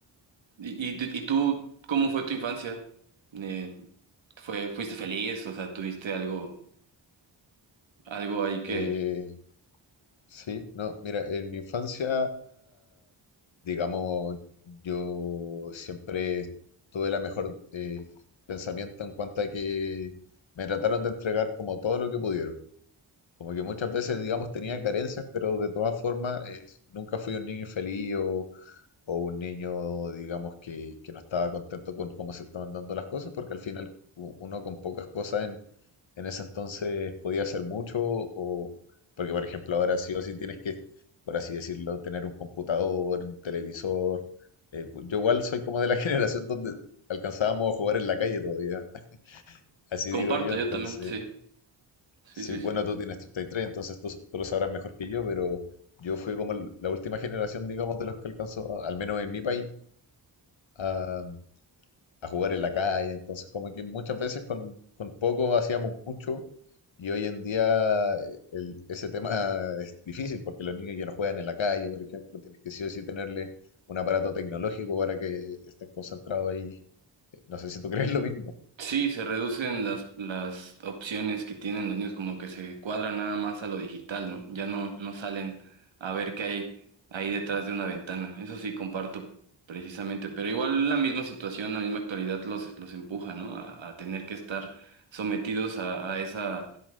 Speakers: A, on the right (about 70°); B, on the left (about 75°).
A: ¿Y, y, y tú, cómo fue tu infancia? Eh, fue, ¿fuiste feliz? O sea, ¿tuviste algo, algo ahí que
B: Eh, Sí, no, mira, en mi infancia, digamos, yo siempre tuve la mejor eh, pensamiento en cuanto a que me trataron de entregar como todo lo que pudieron. Como que muchas veces, digamos, tenía carencias, pero de todas formas eh, nunca fui un niño infeliz o un niño, digamos, que, que no estaba contento con cómo se estaban dando las cosas, porque al final u- uno con pocas cosas en, en ese entonces podía hacer mucho, o porque, por ejemplo, ahora sí o sí tienes que, por así decirlo, tener un computador, un televisor. eh, pu- yo igual soy como de la <laughs> generación donde alcanzábamos a jugar en la calle todavía, así
A: comparto
B: digo yo,
A: yo
B: entonces,
A: también? Sí, sí,
B: sí,
A: sí,
B: bueno,
A: sí.
B: tú tienes treinta y tres entonces tú, tú lo sabrás mejor que yo, pero... Yo fui como el- la última generación, digamos, de los que alcanzó, al menos en mi país, a, a jugar en la calle. Entonces, como que muchas veces con, con poco hacíamos mucho y hoy en día eh, el- ese tema es difícil porque los niños ya no juegan en la calle, por ejemplo, tienes que sí o sí tenerle un aparato tecnológico para que estén concentrados ahí. Eh, No sé si tú <laughs> crees lo mismo.
A: Sí, se reducen las, las opciones que tienen los niños, como que se cuadran nada más a lo digital, ¿no? Ya no, no salen a ver qué hay ahí detrás de una ventana. Eso sí comparto precisamente, pero igual la misma situación, la misma actualidad los, los empuja, ¿no? A, a tener que estar sometidos a, a esa,